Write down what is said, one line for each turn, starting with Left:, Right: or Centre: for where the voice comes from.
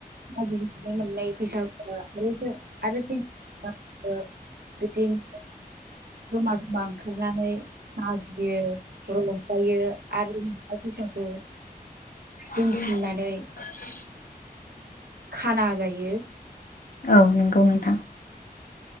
Right: मांगिनानै मोननाय फैसा आरो <unintelligible> <unintelligible> जमा जमा ओंखारनानै मांगियो रंजायो आरो थाखा फैसाखौ
Left: <inaudible>
Right: दोनथुमनानै
Left: <inaudible>
Right: खाना जायो।
Left: औ नंगौ। नोंथां